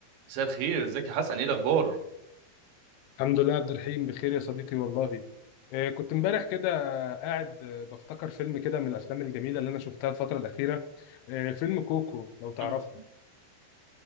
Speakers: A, on the right (about 80°); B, on the left (about 85°).
A: مساء الخير ازيك يا حسن ايه الاخبار
B: الحمد لله عبد الرحيم بخير يا صديقي والله آه، كنت امبارح كده قاعد آه، بفتكر فيلم كده من الافلام الجميله اللي انا شفتها الفتره الاخيره آه، فيلم كوكو لو تعرفه
A: <laughs>